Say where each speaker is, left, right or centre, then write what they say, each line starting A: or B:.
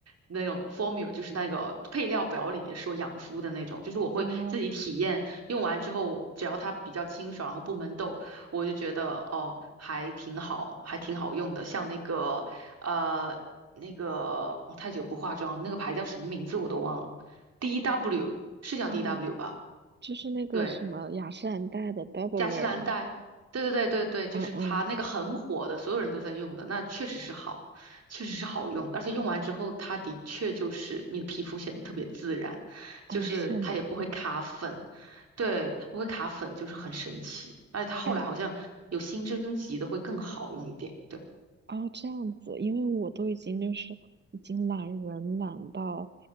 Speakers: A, on the right; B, on the right.
A: 那种 formula，就是那个配料表里面说养肤的那种，就是我会自己体验，
B: 哦
A: 用完之后，只要它比较清爽，然后不闷痘，我就觉得哦，还挺好，还挺好用的。像那个呃。那个我太久不化妆了，那个牌叫什么名字我都忘了，DW 是叫
B: 啊，
A: DW 吧？
B: 就是那个什么雅诗兰黛的
A: 对，
B: Double
A: 雅诗兰黛，
B: Wear 吗？
A: 对对对对对，就是它那个很火的，
B: 嗯嗯，
A: 所有人都在用的，那确实是好，确实是好用，而且用完之后，它的确就是你的皮肤显得特别自然，就是它也不会卡粉，
B: 哦，是吗？
A: 对，它不会卡粉，就是很神奇，而且它后来好像有新升级的会更好用一点，
B: 哎。
A: 对
B: 哦，这样子，因为我都已经就是已经懒人懒到，